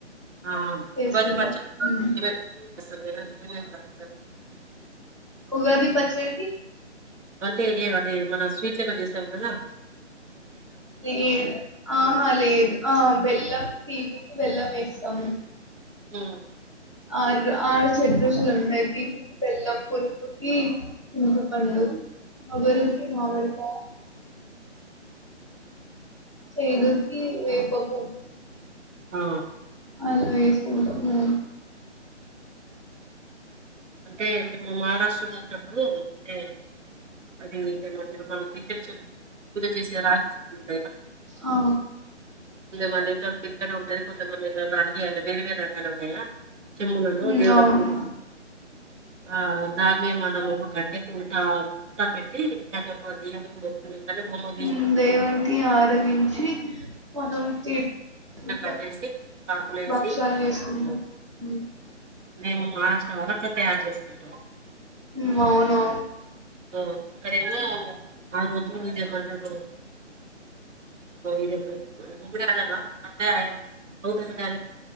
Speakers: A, on the right; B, on the right.
A: ఆ
B: చేసుకుంటాం.
A: ఉగాది పచ్చడ
B: హ్మ్.
A: ఇదే <inaudible>
B: ఉగాది పచ్చడికి
A: అంటే ఏ అంటే మన స్వీట్ లెక్క చేస్తాం కదా
B: లేదు. ఆహా లేదు ఆ బెల్లం తీవి బెల్లం ఏస్తాము.
A: హ్ మ్
B: ఆ ఆరు షడ్రుచులు ఉంటయి. తీపికి బెల్లం, పులుపుకి చింతపండు వరుకి మామిడి ప చేదుకి వేప పు
A: ఆ
B: అలా వేసుకుంటాము.
A: అంటే మేము మహారాష్ట్రలో ఉన్నప్పుడు అంటే అది ఏంమంటరు మన పిత్తడి చెంబు పూజ చేసే రాజి చెంబు ఉంటాయా
B: ఆ!
A: మ పిత్తడ ఉంటది కొంతమంది రాగి అనే వేరు వేరు రకాలున్నయా చెమ్ములలో
B: హ్మ్.
A: దేవుల
B: అవును.
A: పూ ఆ దాన్నే మనము కట్టే పత పతా పెట్టి ద దియ్యే బొమ్మ గీసినట్టు
B: హ్మ్. దేవునికి ఆరగించి మనం తీర్చుకుంటాం.
A: కట్టేసి ఆకులేసి
B: భక్షాలు చేసుకుంటాం. హ్మ్.
A: మేము మహారాష్టలో గూడ అట్ల తయారు చేసుకుంటం
B: మ్ అవునవును.
A: ఆ ఎక్కడైనా ఆ రోజు ఇదేమంటరు ఇది <inaudible> అంటే అయ అవుతది ఆ